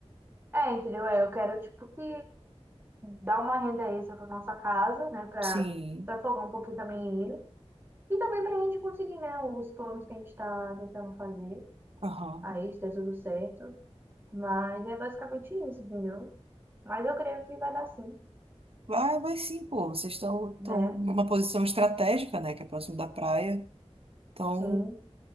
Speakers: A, on the right; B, on the right.
A: É, entendeu? É, eu quero, tipo, que dar uma renda extra pra nossa casa, né? Pra,
B: Sim,
A: pra folgar um pouquinho também ele. E também para a gente conseguir, né, os planos que a gente tá tentando fazer.
B: aham.
A: Aí, se der tudo certo. Mas é basicamente isso, entendeu? Mas eu creio que vai dar sim,
B: Vai, vai sim, pô. Vocês estão estão
A: né?
B: numa posição estratégica, né, que é próximo da praia. Então,
A: Sim.